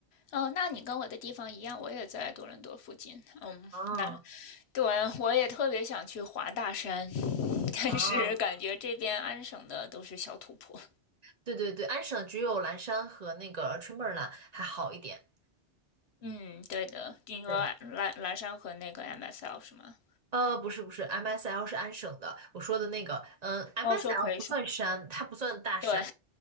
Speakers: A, on the left; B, on the right.
A: 哦，那你跟我的地方一样，我也在多伦多附近。嗯，
B: 啊
A: 那对，我也特别想去华大山，<laughs> 但是感觉这边安省的都是小土坡。
B: 啊，对对对，安省只有蓝山和那个 t r e m b l a n t 还好一点。
A: 嗯，对的，你说蓝蓝山和那个
B: 对。
A: MSL 是吗？
B: 呃，不是不是，MSL 是安省的，我说的那个，嗯，MSL
A: 哦，说可以
B: 不算山，
A: e
B: 它不算大山，
A: 对，